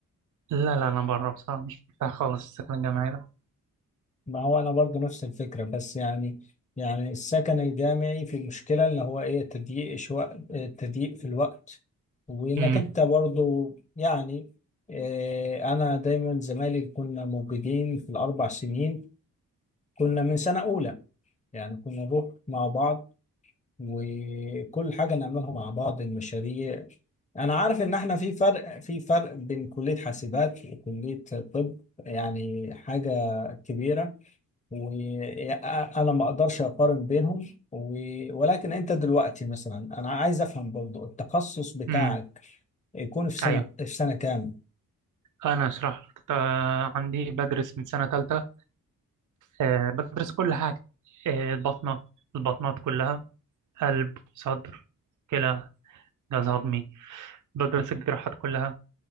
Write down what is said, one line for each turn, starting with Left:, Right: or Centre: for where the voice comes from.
Right: لا لا انا بره بصراحة مش مرتاح خالص السكن الجامعي ده
Left: ما هو انا برضو نفس الفكره بس يعني يعني السكن الجامعي في مشكله اللي هو ايه تضييق شوق تضييق في الوقت وانك
Right: امم
Left: انت برضو يعني آه، انا دايما زمايلي كنا موجودين في الاربع سنين كنا من سنه اولى يعني كنا نروح مع بعض وكل حاجه نعملها مع بعض المشاريع انا عارف ان احنا في فرق في فرق بين كليه حاسبات وكليه طب يعني حاجه كبيره وانا ما اقدرش اقارن بينهم و... ولكن انت دلوقتي مثلا انا عايز افهم برضو التخصص بتاعك
Right: امم
Left: يكون في سنة
Right: ايوه
Left: في سنة كام؟
Right: انا اشرح لك آه، عندي بدرس من سنة تالتة آه، بدرس كل حاجة آه، البطنة البطنات كلها قلب صدر كلى جهاز هضمي بدرس الجراحات كلها